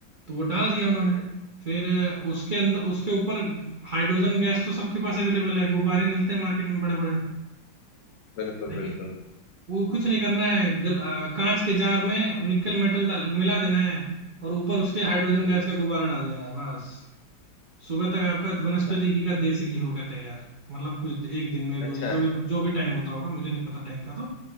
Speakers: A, on the right; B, on the left.
A: तो वो डाल दिया उन्होंने
B: ठीक है
A: फिर उसके अंदर उसके ऊपर हाइड्रोजन गैस तो सबके पास अवेलेबल है गुब्बारे मिलते हैं मार्केट में बड़े बड़े
B: बिल्कुल
A: ठीक
B: बिल्कुल
A: है कि वो कुछ नहीं करना है गल, आ, कांच के जार में निकल मेटल डाल मिला देना है और ऊपर उसके हाइड्रोजन
B: हम्म,
A: गैस का गुब्बारा डाल देना है बस सुबह तक आपका वनस्पति
B: अच्छा
A: घी का देसी घी हो गया तैयार मतलब कुछ एक दिन में
B: अच्छा
A: दो दिन जो भी जो भी टाइम होता होगा मुझे नहीं पता टाइम का तो